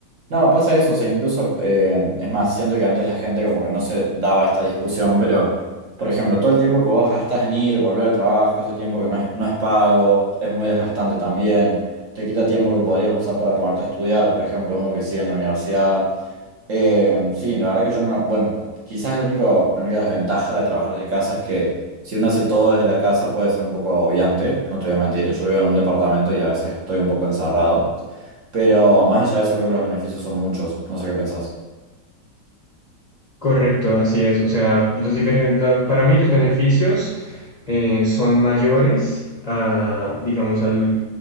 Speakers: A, on the right; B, on the left.
A: No, pasa eso, o sea, incluso, eh, es más, siento que antes la gente como que no se daba esta discusión, pero, por ejemplo, todo el tiempo que vos gastás en ir, volver al trabajo, ese tiempo que no es, no es pago, es muy desgastante también, te quita tiempo que podrías usar para ponerte a estudiar, por ejemplo, uno que sigue en la universidad. Eh, sí, la verdad que yo no, bueno, quizás el único, la única desventaja de trabajar desde casa es que si uno hace todo desde la casa puede ser un poco agobiante, no te voy a mentir, yo vivo en un departamento y a veces estoy un poco encerrado. Pero más allá de eso, creo que los beneficios son muchos. No sé qué pensás.
B: Correcto, así es. O sea, los diferen- la- para mí los beneficios eh, son mayores a, digamos, al,